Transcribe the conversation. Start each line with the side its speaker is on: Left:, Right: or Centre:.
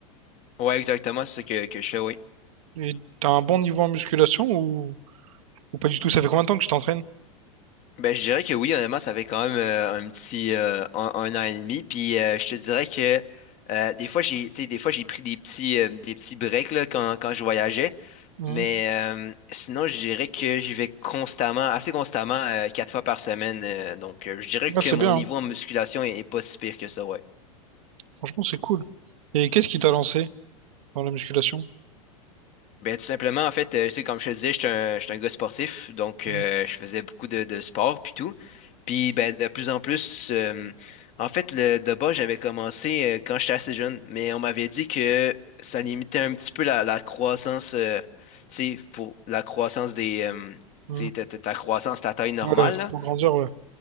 Left: Ouais, exactement. C'est ce que, que je fais, oui.
Right: Et t'as un bon niveau en musculation ou, ou pas du tout? Ça fait combien de temps que tu t'entraînes?
Left: Ben, je dirais que oui, honnêtement, ça fait quand même euh, un petit euh, un, un an et demi. Puis euh, je te dirais que euh, des fois j'ai tu sais, des fois j'ai pris des petits euh, des petits breaks là, quand, quand je voyageais.
Right: Mhm.
Left: Mais euh, sinon, je dirais que j'y vais constamment, assez constamment, euh, quatre fois par semaine. euh, donc euh, je dirais
Right: Ouais,
Left: que
Right: c'est
Left: mon
Right: bien,
Left: niveau
Right: hein.
Left: en musculation est, est pas si pire que ça, ouais.
Right: Franchement, c'est cool. Et qu'est-ce qui t'a lancé dans la musculation?
Left: Ben, tout simplement, en fait, euh, tu sais, comme je te disais, je suis un, je suis un gars sportif, donc euh,
Right: Mhm.
Left: je faisais beaucoup de, de sport puis tout. Puis ben, de plus en plus, euh, en fait, le de bas, j'avais commencé euh, quand j'étais assez jeune, mais on m'avait dit que ça limitait un petit peu la, la croissance, euh, tu sais, pour la croissance des, euh,
Right: Mhm.
Left: tu sais, ta, ta- ta croissance, ta taille normale,
Right: Ouais,
Left: là.
Right: pour grandir, ouais.